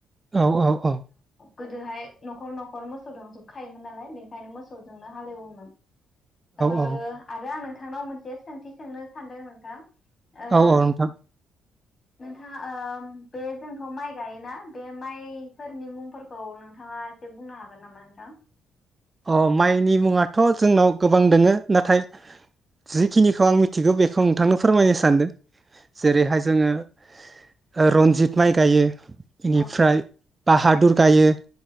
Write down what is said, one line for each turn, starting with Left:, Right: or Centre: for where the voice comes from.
Right: औ औ औ
Left: गोदोहाय न'खर न'खर मोसौ दंजोबखायोमोन नालाय बेनिखायनो मोसौजोंनो हाल एवोमोन। ओ
Right: औ
Left: आरो आंनो नोंथांनाव मोनसे सोंथि सोंनो सानदों नोंथां। ओ
Right: औ औ नोंथां
Left: नोंथाङा ओ बे जोंथ माइ गायोना बे माइफोरनि मुंफोरखौ नोंथाङा एसे बुंनो हागोन नामा नोंथां?
Right: अ माइनि मुङाथ' थ' जोंनाव गोबां
Left: औ
Right: दोङो नाथाय जिखिनिखौ आं मिथिगौ बेखौ बेखौ नोंथांनो
Left: औ
Right: फोरमायनो सानदों जेरैहाय जोंङो ओ रन्जित माइ गायो।
Left: औ
Right: इनिफ्राय बााहादुर गायो